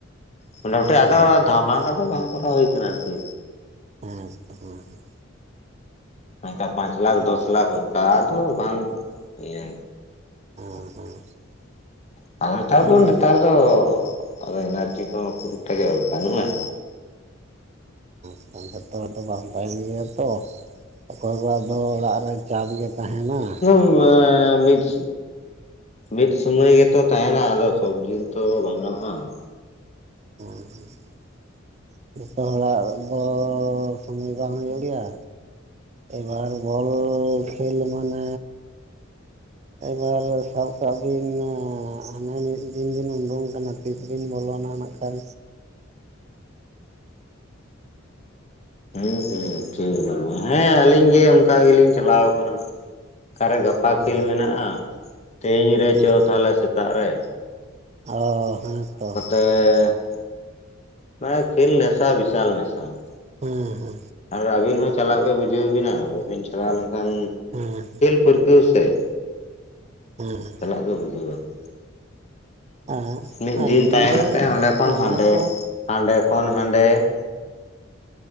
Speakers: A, on the left; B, on the right.
A: ᱢᱚᱴᱟᱢᱩᱴᱤ
B: ᱛᱚ
A: ᱟᱫᱚ ᱫᱷᱟᱯᱟᱠᱟ ᱫᱚ ᱵᱟᱝ ᱠᱚᱨᱟᱣ ᱦᱩᱭ ᱠᱟᱱᱟ ᱟᱨᱠᱤ
B: ᱦᱮᱸ ᱛᱚ ᱦᱮᱸ ᱦᱮᱸ
A: ᱚᱱᱠᱟ ᱯᱟᱸᱪ ᱞᱟᱠᱷ ᱫᱚᱥ ᱞᱟᱠᱷ ᱚᱱᱠᱟ ᱫᱚ ᱵᱟᱝ ᱤᱭᱟᱹ
B: ᱦᱮᱸ
A: <inaudible>
B: ᱦᱮᱸ
A: ᱟ-ᱚ ᱛᱟᱨᱯᱚᱨ
B: ᱟᱞᱮ
A: ᱱᱮᱛᱟᱨ ᱛᱚ ᱟᱫᱚ ᱮᱱᱟᱨᱡᱤ ᱠᱚ ᱦᱚ ᱠᱷᱩᱵ ᱮᱠᱢᱟ ᱫᱚ ᱵᱟᱹᱱᱩᱜᱼᱟ ᱾
B: <unintelligible> ᱵᱟᱝ ᱛᱟᱦᱮᱱ ᱜᱮᱭᱟ ᱛᱚ ᱚᱠᱚᱭ ᱠᱚᱣᱟᱜ ᱫᱚ ᱚᱲᱟᱜ ᱨᱮ ᱪᱟᱯ ᱜᱮ ᱛᱟᱦᱮᱱᱟ ᱾
A: ᱚᱣᱟ ᱢᱩᱪ ᱢᱤᱫ ᱥᱩᱢᱟᱹᱭ ᱜᱮᱛᱚ ᱛᱟᱦᱮᱱᱟ ᱟᱫᱚ ᱥᱚᱵ ᱫᱤᱱ ᱛᱚ ᱵᱟᱝ ᱜᱟᱱᱚᱜᱼᱟ ᱾
B: ᱦᱩᱸ-ᱦᱩᱸ ᱾ ᱡᱚᱛᱚ ᱦᱚᱲᱟᱜ ᱫᱚ ᱥᱚᱢᱚᱭ ᱵᱟᱝ ᱦᱩᱭᱩᱜ ᱜᱮᱭᱟ ᱮᱵᱟᱨ ᱵᱚᱞ ᱠᱷᱮᱞ ᱢᱟᱱᱮ ᱮᱵᱟᱨ ᱥᱟᱵ ᱠᱟᱜ ᱵᱤᱱ ᱦᱟᱱᱟ ᱢᱤᱫ ᱫᱤᱱ ᱵᱤᱱ ᱩᱰᱩᱝ ᱠᱟᱱᱟ ᱛᱤᱥᱵᱤ ᱵᱚᱞᱚᱱᱟ ᱱᱟᱜ ᱠᱷᱟᱱ
A: ᱦᱮᱸ ᱦᱮᱸ ᱴᱷᱤᱠ ᱦᱮᱸ ᱟᱹᱞᱤᱧ ᱜᱮ ᱚᱱᱠᱟ ᱜᱮᱞᱤᱧ ᱪᱟᱞᱟᱣ ᱠᱟᱱᱟ ᱚᱠᱟᱨᱮ ᱜᱟᱯᱟ ᱜᱟᱯᱟ
B: ᱦᱮᱸ
A: ᱠᱷᱮᱞ ᱢᱮᱱᱟᱜᱼᱟ ᱛᱮᱦᱮᱧ ᱨᱮ
B: ᱦᱮᱸ
A: ᱪᱚ ᱛᱟᱦᱚᱞᱮ ᱥᱮᱛᱟᱜ ᱨᱮ
B: ᱚ ᱦᱮᱸ ᱛᱚ
A: ᱚᱻᱮ ᱱᱚᱜᱼᱚᱭ ᱠᱷᱮᱞ ᱱᱮᱥᱟ ᱵᱤᱥᱟᱞ ᱱᱮᱥᱟ ᱾
B: ᱦᱩ ᱦᱩ
A: ᱟᱨ ᱟᱹᱵᱤᱱ ᱦᱚᱸ ᱪᱟᱞᱟᱜ ᱜᱮ ᱵᱩᱡᱷᱟᱹᱣ ᱵᱤᱱᱟ ᱵᱟᱹᱵᱤᱱ ᱪᱟᱞᱟᱣ ᱞᱮᱱ ᱠᱷᱟᱱ
B: ᱦᱩᱸᱻᱦᱩ ᱾
A: ᱯᱟᱨᱯᱟᱥ ᱥᱮ
B: ᱦᱩᱸ-ᱦᱩᱸ ᱾
A: ᱪᱟᱞᱟᱜ ᱜᱮ ᱵᱩᱡᱷᱟᱹᱣᱼᱟ ᱾
B: ᱟᱨ
A: ᱢᱤᱫ
B: ᱟᱹᱞᱤᱧ
A: ᱫᱤᱱ ᱛᱟᱦᱮᱸ
B: ᱫᱚ
A: ᱠᱟᱛᱮ ᱚᱸᱰᱮ ᱠᱷᱚᱱ
B: ᱚᱱᱟ
A: ᱦᱟᱸᱰᱮ
B: ᱠᱚ
A: ᱦᱟᱸᱰᱮ ᱠᱷᱚᱱ ᱦᱟᱸᱰᱮ ᱾